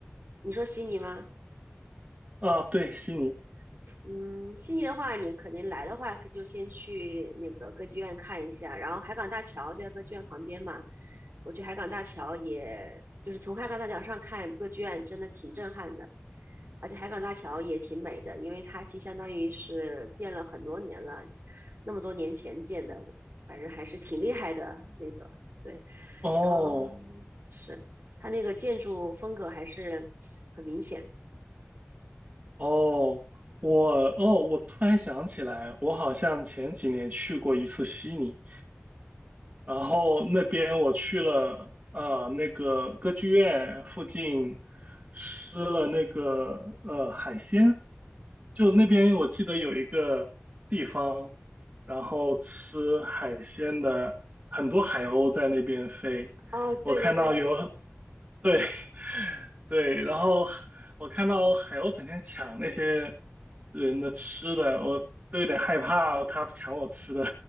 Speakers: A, on the right (about 65°); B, on the right (about 40°).
A: 你说悉尼吗？
B: 啊，对，悉尼。
A: 嗯，悉尼的话，你肯定来的话，可就先去那个歌剧院看一下，然后海港大桥就在歌剧院旁边嘛。我去海港大桥也，就是从海港大桥上看歌剧院，真的挺震撼的。而且海港大桥也挺美的，因为它其实相当于是建了很多年了，那么多年前建的，反正还是挺厉害的那个。对，
B: 哦
A: 然后是它那个建筑风格还是很明显。
B: 哦，我哦，我突然想起来，我好像前几年去过一次悉尼。然后那边我去了，呃，那个歌剧院附近吃了那个呃海鲜，就那边我记得有一个地方，然后吃海鲜的，很多海鸥在那边飞，
A: 哦，对对对，
B: 我看到有，对 <laughs> 对，然后我看到海鸥整天抢那些人的吃的，我都有点害怕，它抢我吃的。